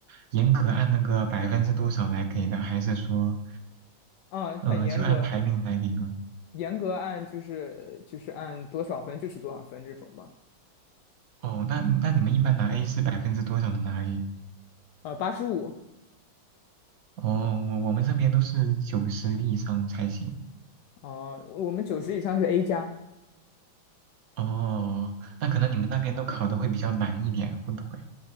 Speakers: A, on the right; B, on the left.
A: 严格按那个百分之多少来给的，还是说
B: 嗯，很严格，
A: 呃就按排名来给呢？
B: 严格按就是就是按多少分就是多少分这种吧。
A: 哦，那那你们一般拿 A 是百分之多少能拿 A？
B: 呃，八十五，
A: 哦，我我们这边都是九十以上才行。
B: 呃，我们九十以上是 A 加。
A: 哦，那可能你们那边都考的会比较难一点，会不会？